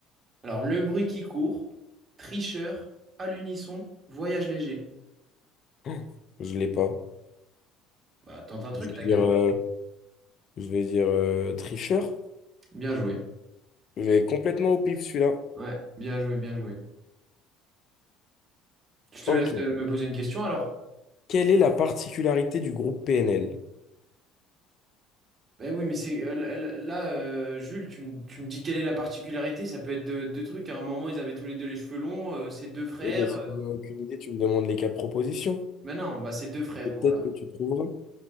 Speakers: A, on the right; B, on the left.
A: Alors, Le bruit qui court, Tricheur, À l'unisson, Voyage léger.
B: Oh, Je l'ai pas.
A: Bah, tente un truc,
B: Je vais
A: t'as
B: dire,
A: qu'à...
B: euh, je vais dire euh, tricheur.
A: Bien joué.
B: Je vais complètement au pif, celui-là.
A: Ouais, bien joué, bien joué. Je te
B: Ok.
A: laisse euh, me poser une question alors.
B: Quelle est la particularité du groupe PNL?
A: Bah oui, mais c'est euh, là, là- là, euh, Jules, tu me, tu me dis quelle est la particularité? Ça peut être deux, deux trucs. À un moment, ils avaient tous les deux les cheveux longs, euh, c'est deux frères.
B: Eh bien, si tu n'en as aucune idée, tu me demandes les quatre propositions.
A: Mais non, bah c'est deux frères,
B: Et peut-être
A: voilà.
B: que tu trouveras.